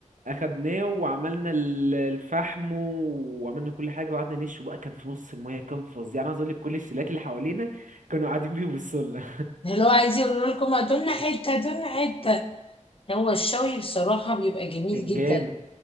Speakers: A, on the right; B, on the left.
A: اخدناه وعملنا ال- الفحم وعملنا كل حاجه وقعدنا نشوي بقى كان في نص المايه كان فظيع يعني عايز اقول لك كل الشلات اللي حوالينا كانوا قاعدين بيبصوا لنا
B: اللي هو عايز يقول لكم هاتولنا حته هاتولنا حته هو الشوي بصراحه بيبقى
A: <laughs>
B: جميل
A: كان
B: جدا
A: جامد